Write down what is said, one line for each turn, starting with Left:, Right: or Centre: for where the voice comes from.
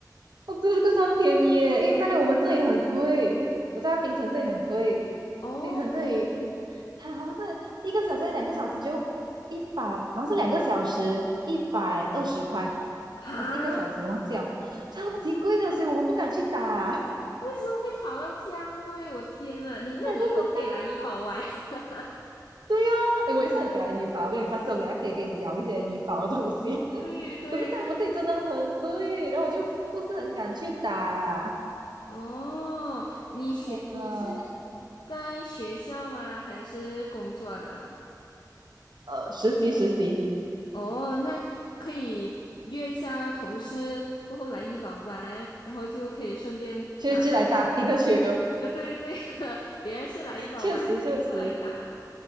Right: 哦，对，这个算便宜耶，因为在我们这里很贵，我在槟城这里很贵，
Left: 哦，
Right: 槟城这里
Left: 冰城
Right: 它好像是一个小时、两个小时就一百，好像是两个小时一百二十块，
Left: 哈，
Right: 还是一个小时忘记了，
Left: 为
Right: 超级贵的，所以我们不敢去打，<laughs> 我不
Left: 什么会炒到这样贵？我天呐，你那你以后可以来怡保玩。
Right: 知道。
Left: <laughs>
Right: 对哦，哎，我也是很喜欢医保，我跟你下次我等下可以跟你聊一些医保的东西，<laughs>
Left: 对对，
Right: 可是在我们这里真的很贵，然后我就不是很敢去打，
Left: 哦，你学你是
Right: 呃，
Left: 在学校吗？还是工作了？
Right: 呃实习实习。
Left: 哦，那可以约一下同事过后来医保玩，然后就可以顺便打。
Right: 就就来打皮克球，
Left: 呃，对对，<laughs> 别人是来医保玩，
Right: 确实确实
Left: 你是过来打。